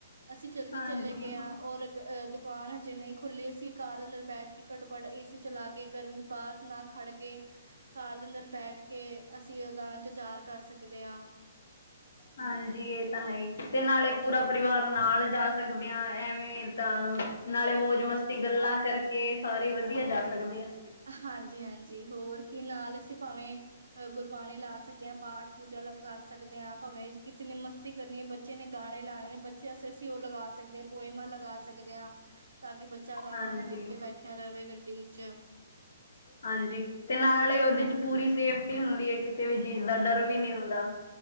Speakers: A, on the right (about 75°); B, on the left (about 65°).
A: ਅਸੀਂ ਜਲਦੀ
B: ਹਾਂਜੀ
A: ਚਲੇ ਗਏ ਹਾਂ ਔਰ ਦੁਕਾਨ ਹਜੇ ਨਹੀਂ ਖੁੱਲੀ ਅਸੀ ਕਾਰ ਦੇ ਅੰਦਰ ਬੈਠ ਕੇ ਘੱਟੋ ਘੱਟ ਏਸੀ ਚਲਾ ਕੇ ਗਰਮੀ ਬਾਹਰ ਨਾ ਖੜ ਕੇ ਕਾਰ ਦੇ ਅੰਦਰ ਬੈਠ ਕੇ ਅਸੀਂ ਉਹਦਾ ਇੰਤਜ਼ਾਰ ਕਰ ਸਕਦੇ ਆਂ
B: ਹਾਂਜੀ ਇਹ ਤਾਂ ਹੈ ਈ ਤੇ ਨਾਲੇ ਪੂਰਾ ਪਰਿਵਾਰ ਨਾਲ ਜਾ। ਸਕਦੇ ਆਂ ਐਵੇਂ ਤਾਂ ਨਾਲੇ ਮੌਜ ਮਸਤੀ ਗੱਲਾਂ ਕਰਕੇ ਸਾਰੇ ਵਧੀਆ ਜਾ ਸਕਦੇ ਆ।
A: ਹਾਂਜੀ ਹਾਂਜੀ, ਹੋਰ ਕੀ ਨਾਲ ਅਸੀਂ ਭਾਵੇਂ ਗੁਰਬਾਣੀ ਲਾ ਸਕਦੇ ਹਾਂ। ਪਾਠ ਪੂਜਾ ਕਰ ਸਕਦੇ ਹਾਂ ਭਾਵੇਂ ਕਿਸੇ ਨੇ ਮਸਤੀ ਕਰਨੀ ਹੈ ਬੱਚ। ਬੱਚੇ ਨੇ ਗਾਣੇ ਲਾਣੇ ਨੇ ਬੱਚੇ ਅਸੀਂ ਅਸੀ ਓ ਲਗਾ ਸਕਦੇ ਹਾਂ, ਪੋਇਮਾਂ ਲਗਾ ਸਕਦੇ ਹਾਂ। ਤਾਂ ਕਿ ਬੱਚਾ ਆਰਾਮ
B: ਹਾਂਜੀ
A: ਨਾਲ ਟਿੱਗ ਕੇ ਬੈਠਿਆ ਰਹੇ ਗੱਡੀ ਚ
B: ਹਾਂਜੀ ਤੇ ਨਾਲ ਹੀ ਉਹਦੇ
A: ਹਾਂ।
B: ਚ ਪੂਰੀ ਸੇਫ ਹੁੰਦੀ ਹੈ, ਕਿਸੇ ਵੀ ਚੀਜ਼ ਦਾ ਡਰ ਵੀ ਨਹੀਂ ਹੁੰਦਾ।